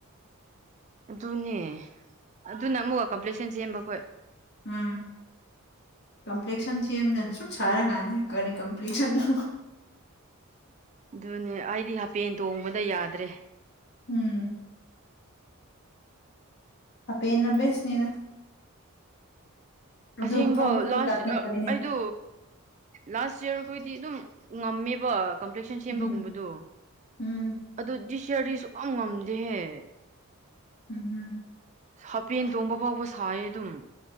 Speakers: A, on the right; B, on the left.
A: ꯑꯗꯨꯅꯦ ꯑꯗꯨꯅ ꯃꯨ ꯀꯝꯄ꯭ꯂꯦꯛꯁꯟ ꯁꯦꯝꯕ ꯈꯣꯏ
B: ꯎꯝ ꯀꯝꯄ꯭ꯂꯦꯛꯁꯟ ꯁꯦꯝꯗꯅ ꯁꯨꯛ ꯁꯥꯔꯀꯥꯟꯁꯤ ꯀꯔꯤ ꯀꯝꯄ꯭ꯂꯦꯛꯁꯟꯅꯣ
A: ꯑꯗꯨꯅꯦ ꯑꯩꯗꯤ ꯍꯥꯄꯦꯟ ꯇꯣꯡꯕꯗ ꯌꯥꯗ꯭ꯔꯦ
B: ꯎꯝ ꯍꯥꯄꯦꯟꯅꯕꯦꯁꯅꯤꯅ ꯑꯗꯨ
A: ꯑꯁꯦꯡꯕ
B: ꯈꯣꯡ ꯈꯨꯠꯇꯤꯒ
A: ꯂꯥꯁ
B: ꯇꯦꯛꯄꯅꯦꯍꯦ
A: ꯑꯩꯗ ꯂꯥꯁ ꯏꯌꯥꯔ ꯑꯩꯈꯣꯏꯗꯤ ꯑꯗꯨꯝ ꯉꯝꯃꯦꯕ ꯀꯝꯄ꯭ꯂꯦꯛꯁꯟ ꯁꯦꯝꯕꯒꯨꯝꯕꯗꯣ
B: ꯎꯝ ꯎꯝ
A: ꯑꯗꯨ ꯗꯤꯁ ꯏꯌ꯭ꯔꯗꯤ ꯁꯨꯛꯀꯝ ꯉꯝꯗꯦꯍꯦ
B: ꯎꯝ ꯍꯝ
A: ꯍꯥꯄꯦꯟ ꯇꯣꯡꯕ ꯐꯥꯎꯕ ꯁꯥꯏ ꯑꯗꯨꯝ